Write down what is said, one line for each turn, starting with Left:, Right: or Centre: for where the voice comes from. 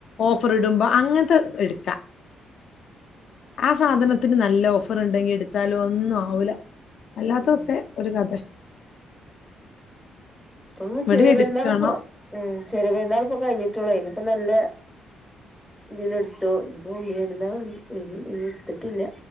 Left: ഓഫർ ഇടുമ്പോ അങ്ങനത്തെ എടുക്കാം ആഹ് സാധനത്തിന് നല്ല ഓഫർ ഉണ്ടെങ്കി എടുത്താലും ഒന്നും ആവൂല അല്ലാത്തതൊക്കെ
Centre: ഉം
Left: ഒരു കഥ
Centre: ഇപ്പം
Left: ഇവിടെ
Centre: ചെറിയ
Left: എടുക്കണം
Centre: പെരുന്നാളിപ്പ ഉം ചെറിയ പെരുന്നാൾ ഇപ്പൊ കഴിഞ്ഞിട്ടുള്ളൂ ഇനിപ്പ നല്ല ഇതിന് എടുത്തു ഇനി ഇപ്പോ വല്യ പെരുന്നാൾ വരും ഒന്നും എടുത്തിട്ടില്ല